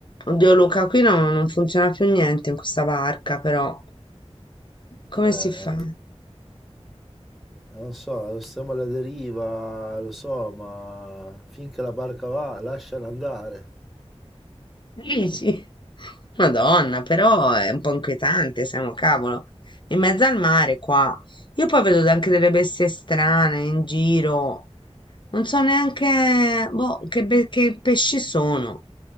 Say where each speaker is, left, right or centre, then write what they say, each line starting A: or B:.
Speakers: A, on the left; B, in the centre.
A: Oddio Luca, qui no- non funziona più niente in questa barca, però come
B: Eh,
A: si fa?
B: non so, siamo alla deriva, lo so, ma finché la barca va, lasciala andare.
A: Dici? Madonna, però è un po' inquietante, siamo cavolo. In mezzo al mare qua. Io poi vedo anche delle bestie strane in giro. Non so neanche boh, che, be- che pesci sono.